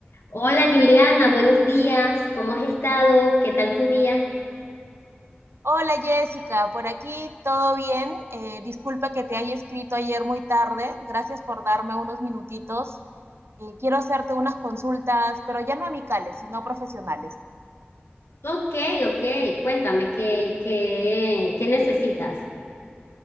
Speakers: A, on the left; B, on the right.
A: Hola Juliana, buenos días. ¿Cómo has estado? ¿Qué tal tu día?
B: Hola Jessica, por aquí todo bien. Eh, disculpa que te haya escrito ayer muy tarde. Gracias por darme unos minutitos. Eh, quiero hacerte unas consultas, pero ya no amicales, sino profesionales.
A: Ok, ok. Cuéntame, ¿qué, qué, qué necesitas?